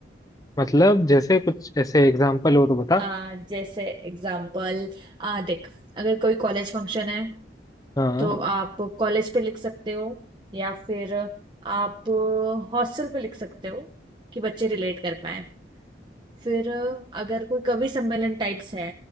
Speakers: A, on the left; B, on the right.
A: मतलब जैसे कुछ ऐसे एग्जाम्पल हो तो बता
B: आ, जैसे एग्जाम्पल आ देख अगर कोई कॉलेज फंक्शन है
A: हाँ
B: तो आप कॉलेज पे लिख सकते हो या फिर आप हॉस्टल पे लिख सकते हो कि बच्चे रिलेट कर पाए फिर अगर कोई कवि सम्मेलन टाइप्स है